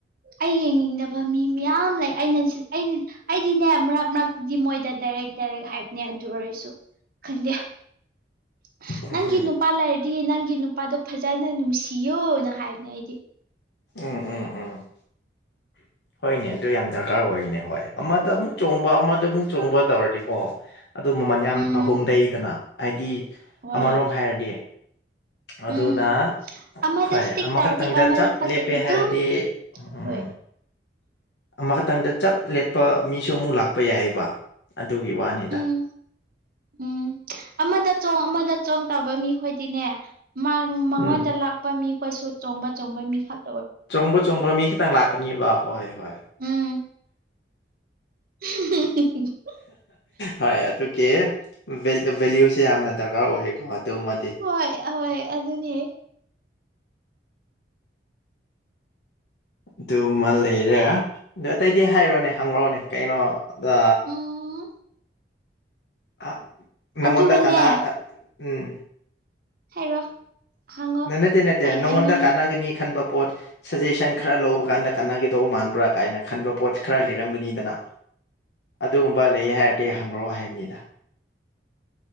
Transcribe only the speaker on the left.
ꯎꯝ
ꯎꯝ ꯎꯝ ꯎꯝ
ꯍꯣꯏꯅꯦ ꯑꯗꯨ ꯌꯥꯝ ꯗꯔꯀꯥꯔ ꯑꯣꯏꯅꯦ ꯍꯣꯏ ꯑꯃꯗ ꯑꯃꯨꯛ ꯆꯣꯡꯕ ꯑꯃꯗ ꯑꯃꯨꯛ ꯆꯣꯡꯕ ꯇꯧꯔꯗꯤꯀꯣ ꯑꯗꯨ ꯃꯃꯟ ꯌꯥꯝꯅ
ꯍꯣꯡꯗꯩꯗꯅ ꯍꯥꯏꯗꯤ
ꯑꯃꯔꯣꯝ ꯍꯥꯏꯔꯗꯤ
ꯑꯗꯨꯅ
ꯍꯣꯏ
ꯑꯃꯈꯛꯇꯪꯗ
ꯆꯞ
ꯂꯦꯞꯄꯦ
ꯍꯥꯏꯔꯗꯤ ꯎꯝ
ꯑꯃꯈꯛꯇꯪꯗ ꯆꯞ ꯂꯦꯞꯄ ꯃꯤꯁꯨ ꯑꯃꯨꯛ ꯂꯥꯛꯄ ꯌꯥꯏꯌꯦꯕ ꯑꯗꯨꯒꯤ ꯋꯥꯅꯤꯗ
ꯎꯝ
ꯆꯣꯡꯕ ꯆꯣꯡꯕ ꯃꯤ ꯈꯤꯇꯪ ꯂꯥꯛꯀꯅꯤꯕ ꯍꯣꯏ ꯍꯣꯏ
ꯍꯣꯏ ꯑꯗꯨꯒꯤ ꯚꯦꯜ ꯚꯦꯂ꯭ꯌꯨꯁꯦ ꯌꯥꯝꯅ ꯗꯔꯀꯥꯔ ꯑꯣꯏꯌꯦ ꯑꯣ ꯑꯗꯨꯃ
ꯑꯗꯨꯃ ꯂꯩꯔꯦ ꯑꯗ ꯑꯇꯩꯗꯤ ꯍꯥꯏꯔꯣꯅꯦ ꯍꯪꯂꯣꯅꯦ ꯀꯩꯅꯣ ꯕꯥ
ꯑ ꯅꯉꯣꯟꯗ
ꯀꯅꯥ ꯀ ꯎꯝ
ꯅꯠꯇꯦ ꯅꯠꯇꯦ
ꯅꯪꯉꯣꯟꯗ
ꯀꯥꯟꯅꯒꯅꯤ ꯈꯟꯕ ꯄꯣꯠ ꯁꯖꯦꯁꯟ ꯈꯔ ꯂꯧꯕ ꯀꯥꯟꯗ ꯀꯅꯒꯗꯧꯕ ꯃꯥꯟꯕ꯭ꯔꯥ ꯀꯥꯏꯅ ꯈꯟꯕ ꯄꯣꯠ ꯈꯔ ꯂꯩꯔꯝꯒꯅꯤꯗꯅ ꯑꯗꯨꯒꯨꯝꯕ ꯂꯩꯌꯦ ꯍꯥꯏꯔꯗꯤ ꯍꯪꯔꯣ ꯍꯥꯏꯕꯅꯤꯗ